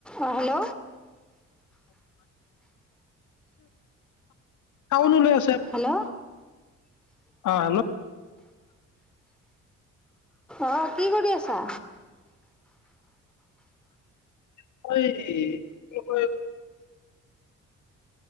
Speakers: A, in the centre; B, on the left.
A: অ', hello.
B: Sound উলাই আছে।
A: Hello.
B: অ', হেল্ল'।
A: অ', কি কৰি আছা?
B: <unintelligible>